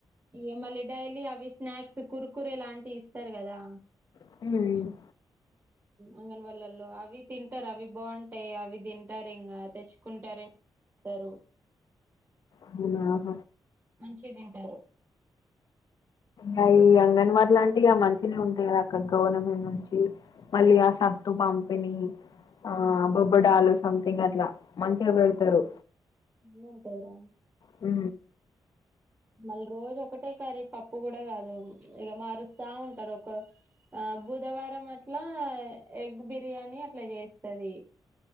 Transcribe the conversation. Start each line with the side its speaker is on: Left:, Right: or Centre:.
Right: ఇగ మళ్ళీ డైలీ అవి స్నాక్స్ కుర్ కురే లాంటివి ఇస్తారు కదా
Left: <unintelligible> అయ్యో
Right: అంగన్వాల్ళలో అవి తింటారు అవి బాగుంటాయి అవి తింటారు ఇంకా తెచ్చుకుంటారు తరు
Left: అవునా ఆహ
Right: మంచిగా తింటారు
Left: మళ్ళా అంగన్వాడిలు అంటే ఇగ మంచిగానే ఉంటాయి కదా అక్కడ గవర్నమెంటు నుంచి మళ్ళీ ఆ సత్తు పంపిణీ ఆ బొబ్బడాలు
Right: హ్మ్.
Left: సంథింగ్ అట్లా మంచిగా పెడతారు
Right: అవును. అన్నీ ఉంటాయిరా.
Left: ఉ
Right: మళ్ళీ రోజు ఒకటే కరీ పప్పు కూడా కాదు ఇక మారుస్తా ఉంటారు ఒక ఆ బుధవారం అట్ల ఎగ్ బిర్యానీ అట్లా చేస్తది